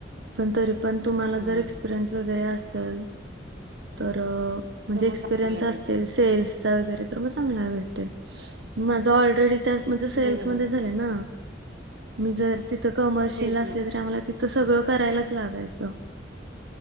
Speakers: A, on the right; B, on the right.
A: पण तरी पण तुम्हाला
B: हां,
A: जर
B: हां.
A: एक्सपिरियन्स वगैरे असेल तर- म्हणजे
B: तर मग
A: एक्सपिरियन्स
B: चांगला देतील.
A: असेल, सेल्सचा वगैरे तर मग चांगला भेटेल माझा ऑलरेडी- माझं सेल्स
B: बरोबर.
A: मध्ये झालंय ना, मी जर तिथं कमर्शियलला
B: तेच
A: असले
B: ना.
A: तरी आम्हाला- तर सगळं करायलाच लागायचं.